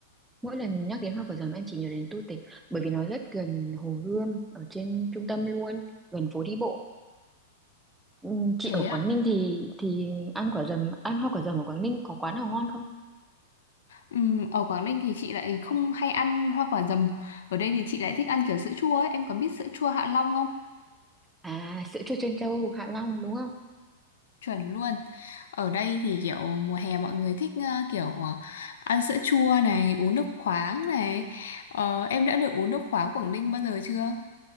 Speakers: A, in the centre; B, on the left (about 80°).
A: mỗi lần nhắc đến hoa quả dầm em chỉ nhớ đến Tô Tịch bởi vì nó rất gần Hồ Gươm ở trên trung tâm luôn, gần phố đi bộ. Ừm, Chị
B: Thế
A: ở Quảng
B: ạ?
A: Ninh thì thì ăn quả dầm, ăn hoa quả dầm ở Quảng Ninh có quán nào ngon không?
B: Ừm, ở Quảng Ninh thì chị lại không hay ăn hoa quả dầm. Ở đây thì chị lại thích ăn kiểu sữa chua ấy. Em có biết sữa chua Hạ Long không?
A: À, sữa chua trân châu Hạ Long đúng không?
B: Chuẩn luôn. Ở đây thì kiểu mùa hè mọi người thích ờ, kiểu ờ, ăn sữa chua này, uống nước khoáng này. Ờ, em đã được uống nước khoáng Quảng Ninh bao giờ chưa?